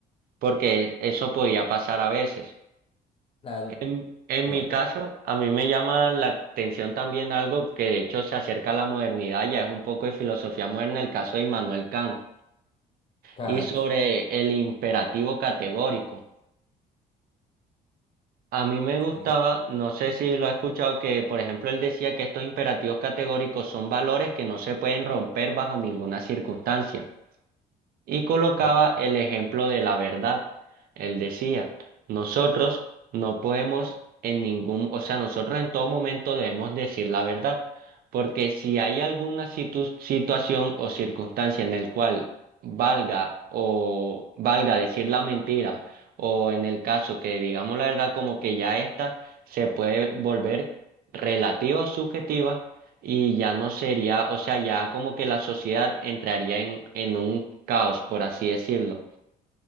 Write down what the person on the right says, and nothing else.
porque eso podía pasar a veces.
En, en
mi caso, a mí me llama la atención también algo que de hecho se acerca a la modernidad, ya es un poco de filosofía moderna, el caso de Immanuel Kant,
y sobre el imperativo categórico. A mí me gustaba,
no sé si lo ha escuchado, que por ejemplo él decía que estos imperativos categóricos son valores que no se pueden romper bajo ninguna circunstancia y colocaba
el ejemplo de la verdad. Él decía, nosotros no podemos en ningún, o sea, nosotros en todo momento debemos decir la verdad, porque si hay alguna situ- situación o circunstancia en el cual valga o valga decir la mentira, o en el caso que digamos la verdad como que ya esta se puede volver relativa o subjetiva, y ya no sería, o sea, ya como que la sociedad entraría en, en un caos, por así decirlo.